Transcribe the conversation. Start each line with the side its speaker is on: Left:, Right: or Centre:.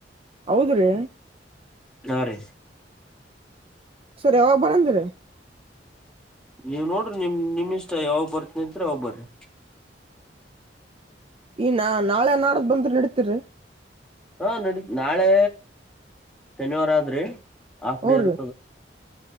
Right: ಹೌದ್ರಿ
Centre: ಹಾ ರೀ
Right: ಸರಿ ಯಾವಾಗ ಬರಂದಿರಿ
Centre: ನೀವ್ ನೋಡ್ರಿ ನಿಮ್ ನಿಮ್ಮಿಷ್ಟ ಯಾವಾಗ ಬರ್ತೀನಂತೀರಿ ಅವಾಗ ಬರ್ರಿ
Right: ಈ ನಾ ನಾಳೆ ನಾಡದ ಬಂದ್ರ ನಡಿತ್ರಿ?
Centre: ಹಾ ನಡಿ ನಾಳೆ ಶನಿವಾರ ಆದ್ರಿ. ಹಾಫ್
Right: ಹ್ಞೂ
Centre: ಡೇ ಇರ್ತದ
Right: ರೀ